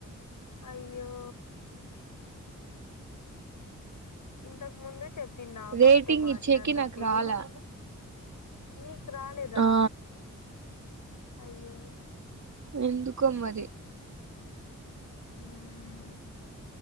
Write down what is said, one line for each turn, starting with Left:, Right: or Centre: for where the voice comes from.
Left: అయ్యో ఇంతకు ముందు చెప్పింది ఆ
Right: రేటింగ్
Left: పాపతో మాట్లాడినప్పుడు
Right: ఇచ్చేకి నాకు రాలా
Left: నీకు రాలేదా
Right: ఆ
Left: అయ్యో
Right: ఎందుకో మరి
Left: హ